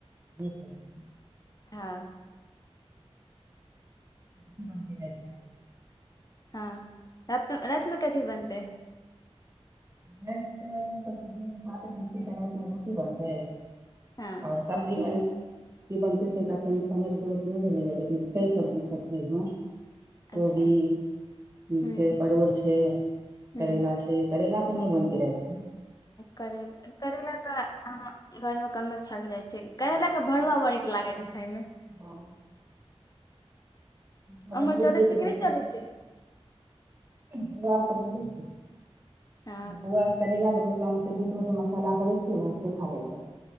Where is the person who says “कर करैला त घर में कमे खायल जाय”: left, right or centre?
Left